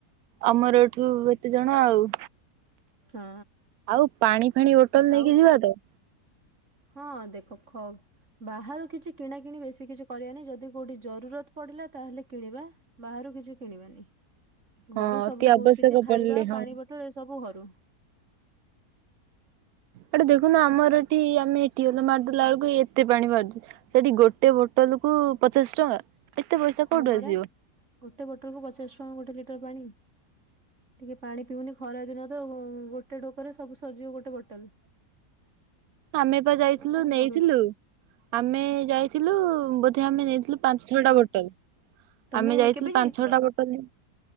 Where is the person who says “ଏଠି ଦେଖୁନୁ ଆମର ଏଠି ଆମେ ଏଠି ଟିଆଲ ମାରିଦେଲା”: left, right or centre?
Right